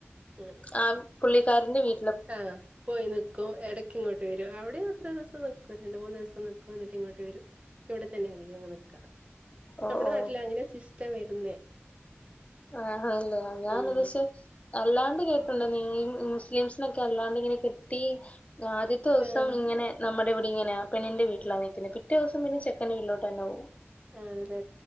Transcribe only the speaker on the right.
അങ്ങനെ.
ആഹ് പോയിന് പ്പോ എടയ്ക്ക് ഇങ്ങോട്ട് വരും അവിടെ അത്ര ദിവസ ന്ന്ക്കും രണ്ട്, മൂന്ന് ദിവസം ന്ന്ക്കും എന്നിട്ട് ഇങ്ങോട്ട് വരും. ഇവിടെ തന്നെയ അതികം അങ്ങ് ന്ന്ക്ക
നമ്മുടെ
നാട്ടിൽ അങ്ങനെ സിസ്റ്റം വരുന്നേ.
ഉം
ആഹ്
ആഹ് തെ